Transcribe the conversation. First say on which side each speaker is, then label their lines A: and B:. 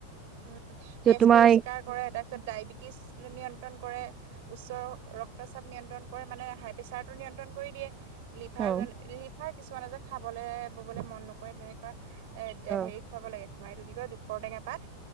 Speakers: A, on the right (about 50°); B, on the right (about 25°).
A: উম
B: পিছত
A: তেজ
B: তোমাৰ
A: পৰিষ্কাৰ কৰে তাৰপিছত ডায়বেটিছ নিয় নিয়ন্ত্ৰণ কৰে উচ্চ ৰক্তচাপ নিয়ন্ত্ৰণ কৰে মানে হাই প্ৰেচাৰটো নিয়ন্ত্ৰণ কৰি দিয়ে লিভাৰ
B: অ
A: লিভাৰ কিছুমানে যে খাবলে ববলে মন নকৰে তেনেকুৱা এ এতিয়া
B: অ
A: হেৰি খুৱাব লাগে তোমাৰ এইটো কি কয় দুপৰটেঙা পাত